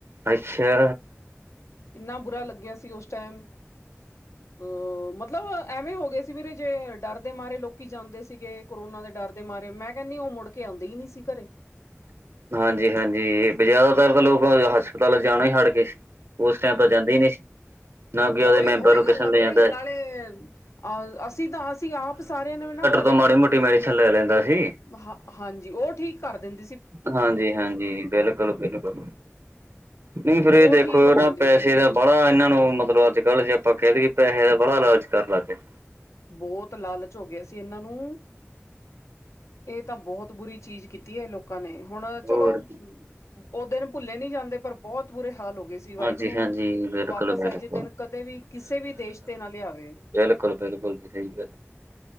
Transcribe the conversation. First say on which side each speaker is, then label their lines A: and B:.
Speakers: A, on the right (about 60°); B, on the left (about 80°).
A: ਅੱਛਾ।
B: ਏਨਾਂ ਬੁਰਾ ਲੱਗੇਆ ਸੀ ਓਸ ਟੈਮ ਅ ਮਤਲਬ ਐਵੇਂ ਹੋ ਗੇਆ ਸੀ ਵੀਰੇ ਜੇ ਡਾਰਦੇ ਮਾਰੇ ਲੋਕੀ ਜਾਂਦੇ ਸੀ। ਗੇ, ਕੋਰੋਨਾ ਦੇ ਡਾਰ ਦੇ ਮਾਰੇ ਮੈਂ ਕੈਨੀ ਓ ਮੁੜ ਕੇ ਓਂਦੇ ਈ ਨੀ ਸੀ ਘਰੇ।
A: ਹਾਂਜੀ-ਹਾਂਜੀ ਬ ਜਾਦਾਤਰ ਤਾਂ ਲੋਕ ਹਸਪਤਾਲਾ ਚ ਜਾਨਾ ਹੀ ਹੜ ਗੇ। ਓਸ ਟਾਈਮ ਤਾ ਜਾਂਦੇ ਈ ਨੀ ਸੀ। ਨਾ ਕਿ ਉਹਦੇ
B: ਓਈ-
A: ਮੈਂਬਰ
B: ਓਈ
A: ਨੂੰ ਕਿਸੇ
B: ਗਾੱਲ
A: ਨੂੰ
B: ਆ ਵੀਰੇ
A: ਲੈ ਜਾਂਦਾ ਹੈ।
B: ਨਾਲੇ ਆ ਅਸੀ ਤਾਂ ਅਸੀ ਆਪ ਸਾਰੇਆਂ ਨੇ ਵੀ ਨਾ ਕਰ
A: ਉਦੋਂ ਮਾੜੀ ਮੋਟੀ ਮੈਡੀਸਨ ਲੈ ਲੈਂਦਾ ਸੀ।
B: ਹਾ, ਹਾਂਜੀ ਓ ਠੀਕ ਕਾਰ ਦੇਨ।
A: ਹਾਂਜੀ-ਹਾਂਜੀ, ਬਿਲਕੁਲ-ਬਿਲਕੁਲ ਨੀ ਫਿਰ
B: ਉਹ
A: ਏ ਦੇਖੋ
B: ਠੀਕ ਹੋ
A: ਨਾ
B: ਜਾਂਦੀ
A: ਪੈਸੇ
B: ਸੀ
A: ਦਾ ਬੜਾ ਏਨਾਂ ਨੂੰ ਮਤਲਬ ਅੱਜ-ਕੱਲ ਜੇ ਆਪਾਂ ਕੈ ਦੇਈਏ ਪੈਹੇ ਦਾ ਬੜਾ ਲਾਲਚ ਕਾਰ ਲੱਗ ਗੇ ਨੇ।
B: ਬੋਤ ਲਾਲਚ ਹੋ ਗੇਆ ਸੀ ਏਨਾਂ ਨੂੰ ਏ ਤਾ ਬੋਤ ਬੁਰੀ ਚੀਜ਼ ਕੀਤੀ ਏ ਲੋਕਾਂ ਨੇ, ਹੁਣ ਚਲੋ
A: ਹੋਰ
B: ਓ ਦਿਨ ਭੁੱਲੇ ਨੀ ਜਾਂਦੇ ਪਰ ਬੋਤ ਬੁਰੇ ਹਾਲ ਹੋ ਗੇ ਸੀ, ਵਾਏਗੁਰੂ।
A: ਹਾਂਜੀ ਹਾਂਜੀ ਬਿਲਕੁਲ
B: ਵਾਪਸ
A: ਬਿਲਕੁਲ
B: ਆਏ ਜੇ ਦੇੱਨ ਕਦੇ ਵੀ ਕਿਸੇ ਵੀ ਦੇਸ਼ ਤੇ ਨਾ ਲਿਆਵੇ।
A: ਬਿਲਕੁਲ-ਬਿਲਕੁਲ ਜੀ ਸਈ ਗਾੱਲ